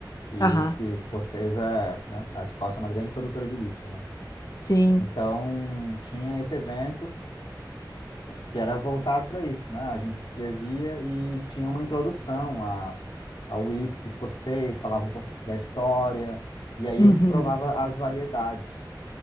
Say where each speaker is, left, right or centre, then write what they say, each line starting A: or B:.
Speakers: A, on the left (about 75°); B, on the left (about 50°).
A: e
B: aham,
A: o whisky escocês é, né? A Escócia é uma grande produtora de whisky, né?
B: sim.
A: Então tinha esse evento que era voltado para isso, né? A gente se inscrevia e tinha uma introdução a ao whisky escocês, falava um pouco da história e aí
B: Uhum.
A: a gente provava as variedades.